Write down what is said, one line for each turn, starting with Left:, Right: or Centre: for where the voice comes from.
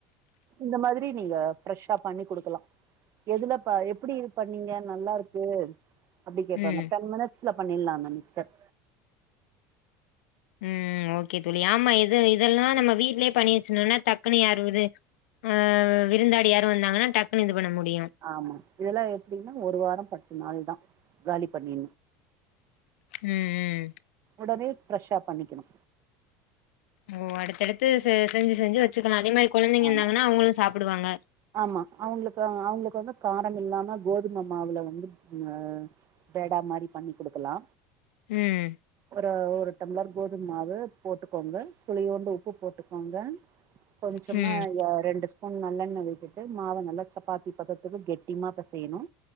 Right: இந்த மாரி நீங்க ஃப்ரெஷ பண்ணி குடுக்கலா எதுலபா எப்டி பண்ணீங்க நல்லாருக்கு அப்டி கேப்பாங்க
Left: ம்
Right: தென் மினிட்ஸ் ல பண்ணிடலா இந்த மிக்சர்
Left: ம் ஓகே தோழி ஆமா இது இதெல்லா நம்ம வீட்லயே பண்ணி வெச்சுடோனா தக்குன்னு யார்ஊரு ஆ விருந்தாளி யாரு வந்தாங்கனா டக்குனு இது பண்ண முடியு
Right: ஆமா இதெல்லா எப்டின்னா ஒரு வாரோ பத்து நாள் தா காலி பண்ணு
Left: ம் ம்
Right: உடனே ஃப்ரெஷா பண்ணிக்கினு
Left: ஓ அடுத்தடுத்து செ செஞ்சு செஞ்சு வெச்சுக்கலா அதே மாரி கொழந்தைங்க
Right: ஆமா
Left: இருந்தாங்கனா அவுங்ளு சாப்பிடுவாங்க
Right: ஆமா அவங்ளுக்கு அவங்ளுக்கு வந்து காரம் இல்லாம கோதும மாவுல வந்து ஆ வெடா மாரி பண்ணி குடுக்கலா
Left: ம்
Right: ஒரு ஒரு டம்ளர் கோதும்மாவு போட்டுக்கோங்க சுளியோண்டு உப்பு போட்டுக்கோங்க கொஞ்சமா
Left: ம்
Right: ரெண்டு ஸ்பூன் நல்லெண்ண விட் ட்டு மாவ நல்லா சப்பாத்தி பத்தத்துக்கு கெட்டிமா பெசயினு